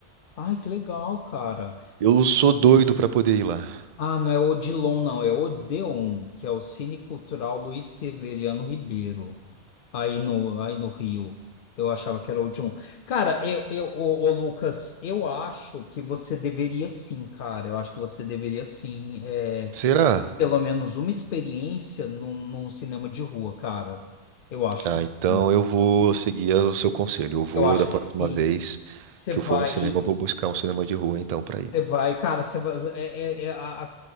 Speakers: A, on the left; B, on the right.
A: Ai, que legal, cara.
B: Eu sou doido para poder ir lá.
A: Ah, não é Odilon, não, é Odeon, que é o Cine Cultural Luiz Severiano Ribeiro, aí no, aí no Rio. Eu achava que era Odilon. Cara, eu, eu, ô, ô, Lucas, eu acho que você deveria sim, cara. Eu acho que você deveria sim, é,
B: Será?
A: ter pelo menos uma experiência num, num cinema de rua, cara. Eu acho
B: Ah,
A: que sim.
B: então eu vou seguir o seu conselho. Eu vou,
A: Eu acho
B: da próxima
A: que sim.
B: vez
A: Você
B: que
A: vai.
B: eu for no cinema, eu vou buscar um cinema de rua então para ir.
A: Você vai, cara, você vai, é, é- é a, a,